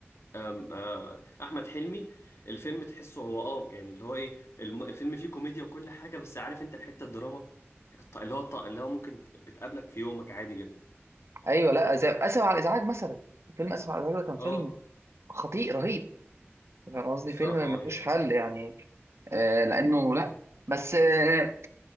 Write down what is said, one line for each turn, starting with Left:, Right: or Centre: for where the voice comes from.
Left: آم، آه، احمد حلمي الفيلم تحسه هو اه يعني اللي هو ايه الم... الفيلم فيه كوميديا وكل حاجه بس عارف انت الحته الدراما الط- اللي هو الط- اللي هو ممكن ت- بتقابلك في يومك عادي جدا
Right: ايوه لا زي اسف على الازعاج مثلا فيلم اسف على الازعاج ده كان فيلم
Left: اه
Right: خطير رهيب فاهم قصدي
Left: الصراحه
Right: فيلم ملوش
Left: اه يعني
Right: حل يعني آه لانه لا بس آه